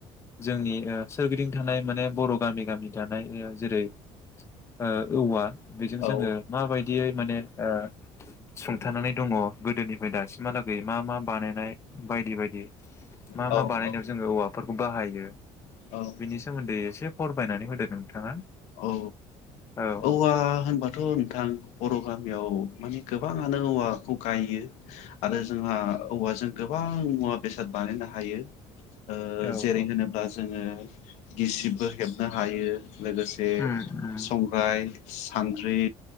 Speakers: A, on the left; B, on the left.
A: जोंनि ओ सोरगिदिं थानाय माने बर' गामि गामि दानाय जेरै ओ औवा। बेजों
B: औ
A: जोङो माबायदियै माने ओ सुंथानानै दङ गोदोनिफ्राय दासिमहालागै मा मा बानायनाय बायदि बायदि। मा
B: औ
A: मा बानायनायाव
B: औ
A: जोङो औवाफोर खौ बाहायो।
B: औ
A: बेनि सोमोन्दै एसे <unintelligible> नानै होदो नोंथाङा।
B: औ
A: औ औ
B: औवा होनबाथ' नोंथां बर' गामियाव माने गोबाङानो औवाखौ गायो आरो जोंहा औवाजों गोबां मुवा बेसाद बानायनो हायो। ओ
A: औ
B: जेरै
A: औ
B: होनोब्ला जोङो। गिसिबो हेबनो हायो। लोगोसे।
A: उम
B: बे
A: उम
B: संग्राय। सान्द्रि